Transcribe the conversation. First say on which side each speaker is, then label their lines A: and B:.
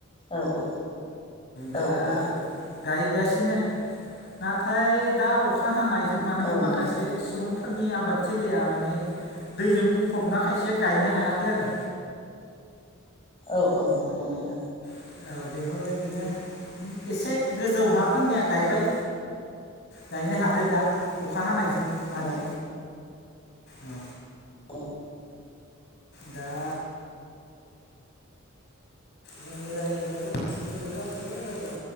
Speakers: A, on the left; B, on the left.
A: औ औ
B: दा
A: औ औ।
B: गायगासिनो नाथाय दा अखा हानाय जों माने
A: औ
B: माख माखासे
A: नंगौ
B: सुबुं फोरनि आबादथिलिया माने दैजों बुंफबना खायसे गायनो हायाखै आरो।
A: औ औ नंगौ नोंथां
B: औ बेफोरबायदिनो एसे गोजौ हाफोरनिया गायबाय। गायनो हादो दा अखा हानायजों माने
A: औ
B: औ
A: औ
B: दा जोंनि रायलायनायाबा बेसेबां गोबाव जाखो आरो